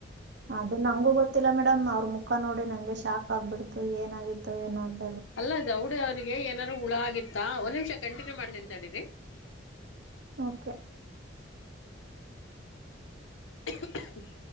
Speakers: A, on the right; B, on the left.
A: ಅದು ನಂಗೂ ಗೊತ್ತಿಲ್ಲ ಮೇಡಮ್ ಅವ್ರ ಮುಖ ನೋಡಿ ನಂಗೆ ಶಾಕ್ ಆಗ್ಬಿಡ್ತು ಏನ ಆಾಗಿ <unintelligible> ಏನಂತ
B: ಅಲ್ಲ ಗೌಡ ಅವ್ರಿಗೆ ಏನಾದಾರರು ಹುಳ ಆಗಿತ್ತ ಒಂದ್ ನಿಮಿಷ ಕಂಟಿನ್ಯೂ ಮಾಡತಿನಿ ತಡಿರಿ
A: ಓಕೆ
B: <unintelligible>